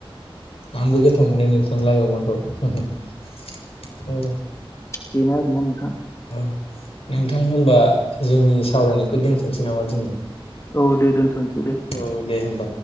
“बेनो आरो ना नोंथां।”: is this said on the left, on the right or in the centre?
Left